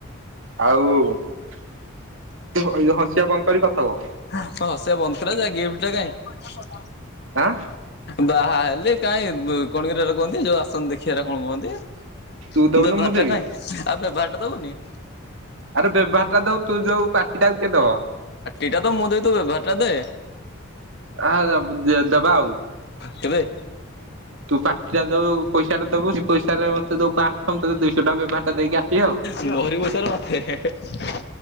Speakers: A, on the right (about 70°); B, on the left (about 50°).
A: ଆଉ ତୁ ଭଲ ହସିବା ବନ୍ଦକରିକି କଥା ହୁଅ।
B: ହଁ ହସିଆ ବନ୍ଦ କରାଯାଏ ଗେମ୍ ଟା କାଇଁ?
A: ଆଁ।
B: ବାହା ହେଲେ କାଇଁ କଣ କିରେ ଏଭରା କୁହନ୍ତି ଯୋଉ ଆସନ୍ତି ଦେଖିବାଟା କଣ କୁଅନ୍ତି?
A: ତୁ ଦଉନୁ
B: ବ୍ୟବହାର
A: ମୁଁ ଦେବି
B: ଟା କାଇଁ ଆଉ ବ୍ୟବହାର ଟା ଦବୁନି?
A: ଆରେ ବ୍ୟବହାର ଟା ଦଉ ତୁ ଯୋଉ ପାଟିଟାକୁ କିଏ ଦବ?
B: ଏଇଟା ତ ମୁଁ ଦେବି ତୁ ବ୍ୟବହାର ଟା ଦେ?
A: ଆ ଦେ ଦେବା ଆଉ।
B: କେବେ?
A: ତୁ ପାଟିଟା ଯୋଉ ପଇସାଟା ଦବୁ ସେ ପଇସାରେ ମତେ ଦବୁ ପାଆଁଶହ ଟଙ୍କା ତତେଦୁଇଶହ ଟଙ୍କା ବ୍ୟବହାରଟା ଦେଇକି ଆସିବି ଆଉ।
B: ମୋହରି ପାଇସାରୁ ମତେ, ହେ, ହେ,